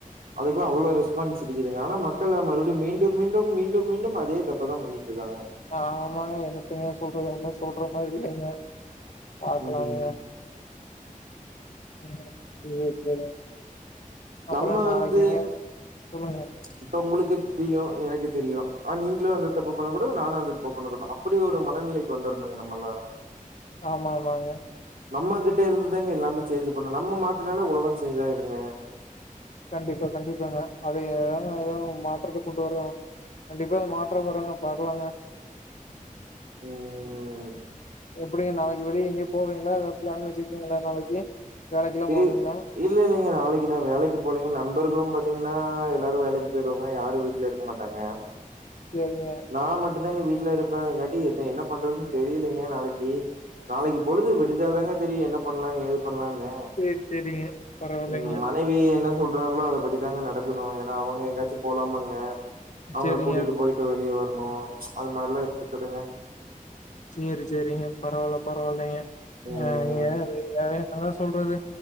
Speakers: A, on the right; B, on the left.
A: அதுக்கெல்லா அவ்ளோ ரெஸ்பான்ஸ் இருக்குதுங்க ஆனா மக்களா மறுபடியு மீண்டு மீண்டும் மீண்டும் மீண்டும் அதே தப்பதா பண்ணி ட்ருக்காங்க
B: ஆமாங்க என்னத்துங்க சொல்றது ஒன்னு சொல்ற மாரி இல்லங்க பாக்கலாங்க
A: ம்
B: ம் செரி செரி அப்பறோ
A: நம்ம
B: நாளைக்குங்க
A: வந்து
B: சொல்லுங்க
A: இப்ப உங்குளுக்கு தெரியு எனக்கு தெரியு ஆனா நீங்களு அந்த தப்ப பண்ணக்கூடாது நானும் அந்த தப்ப பண்ணக்கூடா அப்படி ஒரு மனநிலைக்கு வந்துரணுங்க நம்மல்லா
B: ஆமா ஆமாங்க
A: நம்ம கிட்ட இருந்துதாங்க எல்லாமே சேஞ்ச் பண்ணு நம்ம மாத்துனாலே உலக சேஞ் ஆயிருங்க
B: கண்டிப்பா கண்டிப்பாங்க அதையேதாங்க ஒரு மாற்றத்த கொண்டுவரனு வர்றாங்க கண்டிப்பா இந்த மாற்றம் வருங்க பாக்கலாங்க
A: ம்
B: எப்பிடிங்க நாளைக்கு வெளிய எங்கேயு போவீங்களா அத பிளான் வெச்சுருக்கீங்ளா நாளைக்கு வேலைக்கெல்லா
A: இ
B: போவீங்ளா
A: இல்ல இல்லங்க நாளைக்கு நான் வேலைக்கு போலீங்க நண்பர்களும் பாத்தீங்கன்னா எல்லாரு வேலைக்கு போயிருவாங்க யாரும் வீட்ல இருக் மாட்டாங்க
B: சேரிங்க
A: நா மட்டுந்தாங்க வீட்ல இருப்பே அதுங்காட்டி இது என்ன பண்றதுன்னு தெரியலங்க நாளைக்கி நாளைக்கி பொழுது விடிஞ்சாதாங்க தெரியு என்ன பண்ணலா ஏது பண்லான்னு
B: சேர் சேரிங்க பரவால்லைங்க
A: ம் மனைவி என்ன சொல்றாங்களோ அத படித்தாங்க நடக்கணு ஏன்னா அவங்க எங்கயாச்சும் போலாம் பாங்க அவங்கள
B: சரிங்க.
A: கூட்டிட்டு போயிட்டு வெளிய வரணு அது மாறில்லா இருக்குதுங்க
B: சேரி சேரிங்க பரவால்ல பரவால்லைங்க
A: ம்
B: ஏங்க அது <unintelligible> என்னதா சொல்றது